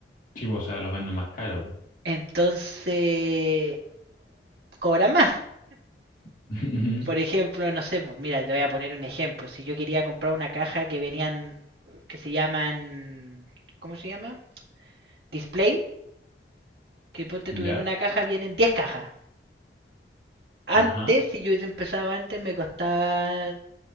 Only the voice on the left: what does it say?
Sí, po, o sea, los venden más caro, po.
<laughs> Ujú.
¿Ya?
Ajá,